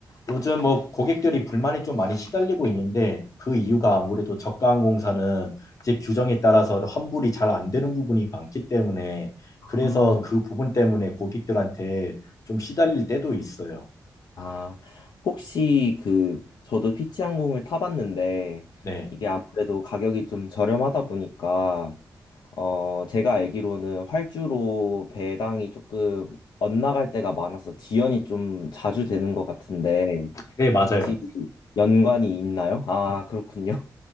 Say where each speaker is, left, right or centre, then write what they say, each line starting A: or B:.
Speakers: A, on the left (about 50°); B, on the left (about 75°).
A: 요즘 뭐 고객들이 불만이 좀 많이 시달리고 있는데 그 이유가 아무래도 저가 항공사는 이제 규정에 따라서 환불이 잘 안 되는 부분이 많기 때문에
B: 아,
A: 그래서 그 부분 때문에 고객들한테 좀 시달릴 때도 있어요.
B: 아, 혹시 그, 저도 피치항공을 타봤는데,
A: 네,
B: 이게 아무래도 가격이 좀 저렴하다 보니까, 어, 제가 알기로는 활주로 배당이 조금 엇나갈 때가 많아서 지연이 좀 자주 되는 것 같은데,
A: 네, 맞아요.
B: 혹시 연관이 있나요? 아, 그렇군요.